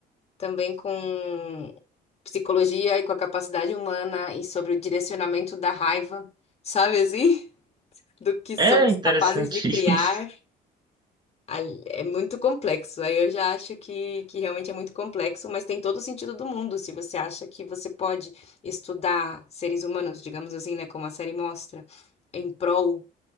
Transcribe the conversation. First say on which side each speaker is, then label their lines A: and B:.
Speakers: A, on the left (about 40°); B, on the right (about 25°).
A: também com psicologia e com a capacidade humana e sobre o direcionamento da raiva, sabe assim? <laughs> Do que somos
B: É interessante
A: capazes de criar.
B: <laughs> isso.
A: ali- É muito complexo. Aí eu já acho que, que realmente é muito complexo, mas tem todo o sentido do mundo. Se você acha que você pode estudar seres humanos, digamos assim, né, como a série mostra, em prol